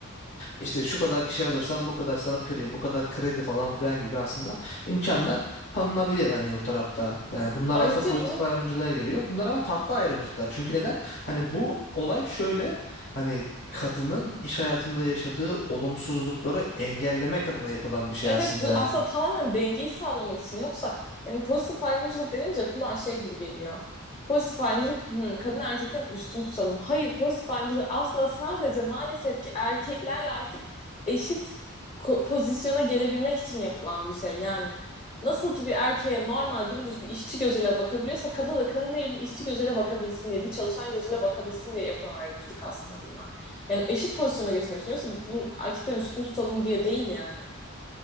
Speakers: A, on the left (about 60°); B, on the left (about 25°).
A: işte şu kadar kişi alırsan bu kadar sana prim, bu kadar kredi falan filan gibi aslında imkanlar tanınabilir hani o tarafta. Yani bunlar
B: Ayrıca
A: aslında pozitif
B: bunun
A: ayrımcılığa giriyor. Bunlar ama tatlı ayrımcılıklar. Çünkü neden? Hani bu olay şöyle hani kadının iş hayatında yaşadığı olumsuzlukları engellemek adına yapılan bir şey
B: Evet
A: aslında
B: bu
A: yani.
B: aslında tamamen dengeyi sağlamak için. Yoksa yani pozitif ayrımcılık denince kulağa şey gibi geliyor. Pozitif ayrımcılık hmm, kadın erkekten üstün tutalım. Hayır pozitif ayrımcılık aslında sadece maalesef ki erkeklerle artık eşit ko- pozisyona gelebilmek için yapılan bir şey. Yani nasıl ki bir erkeğe normal dümdüz bir işçi gözüyle bakabiliyorsa kadına da kadın değil bir işçi gözüyle bakabilsin diye bir çalışan gözüyle bakabilsin diye yapılan ayrımcılık aslında bunlar. Yani eşit pozisyona geçmek için yoksa bunu erkekten üstün tutalım diye değil yani